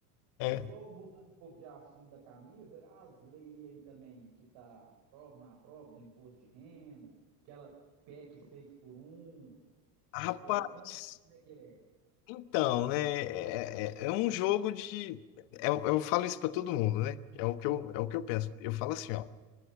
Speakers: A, on the left (about 60°); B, on the right (about 60°).
A: É.
B: igual mudando um pouco de assunto da camisa, as leis aí também que tá prova na prova do imposto de renda, aquela PEC 6 por um,
A: Rapaz.
B: você é contra? Como é que é?
A: Então, né, é, é- é um jogo de. Eu, eu falo isso pra todo mundo, né? É o que eu, é o que eu penso. Eu falo assim, ó.